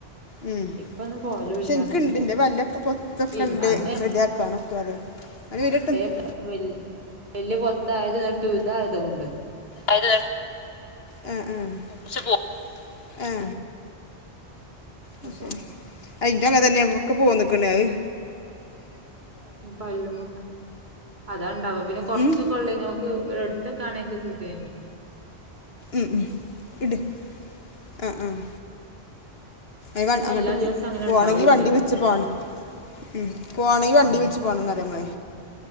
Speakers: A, on the left (about 65°); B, on the right (about 45°).
A: ഉം
B: ഇപ്പൊന്നും പോലുല്ല
A: ക്ഷെ ഇൻക്ക്ണ്ട്
B: അങ്ങട്ട്ക്ക്
A: ഇന്റെ പല്ലൊക്കെ പൊത്തൊക്കെണ്ട്
B: ഇൻ അതെന്നെ
A: റെഡിആ ക്കനൊക്കെ ആരെ <unintelligible>
B: അപ്പൊ വെൽ വെല്ല്യ പൊത്തായത്കണ്ട് ഇതായത് കൊണ്ട്
A: ആയത് ഹ് ഹ് കൊർച്ച് പോകും ഹ് അഹ്ശെരി
B: അപ്പൊ
A: അഇന്റൊക്കെ അങ്ങനെന്നെ അയ്മത്ക്കെ പോന്ന്ക്ണ് അഹ്
B: ഉം പല്ല്മെക്ക് അതാ ഇണ്ടാവാ പിന്നെ കൊർച്ചൊക്കേ
A: ഉം
B: ഒള്ളേങ്കി ക്ക് ഇവരട്ത്തൊക്കെയാണെങ്കി സുഖേയ്നി
A: ഉംഉം ഇട് ആഹ് ആഹ് ഐവാൻ
B: പിന്നെ
A: അങ്ങട്ട്
B: എല്ലാ ദിവസവും അങ്ങനെ
A: പോണെങ്കീ
B: ഉണ്ടാവൂല്ലല്ലോ
A: വണ്ടി വിൾച്ച് പോണെ മ് പോണെങ്കി വണ്ടി
B: ആഹ്
A: വിൾച്ച് പോണന്ന് പറയമ്മള്